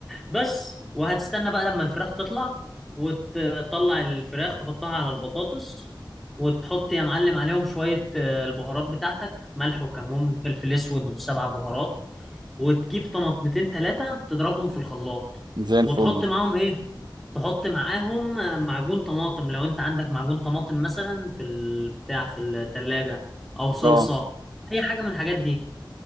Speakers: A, in the centre; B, on the right.
A: بس وهتستنى بقى لما الفراخ تطلع وتطلع الفراخ تحطها على البطاطس وتحط يا معلم عليهم شوية آه، البهارات بتاعتك ملح وكمون فلفل اسود وسبع بهارات وتجيب طماطمتين تلاتة تضربهم في الخلاط
B: زي الفل
A: وتحط معاهم ايه تحط معاهم آه، معجون طماطم لو انت عندك معجون طماطم مثلا في البتاع في التلاجة او صلصة
B: اه
A: اي حاجة من الحاجات دي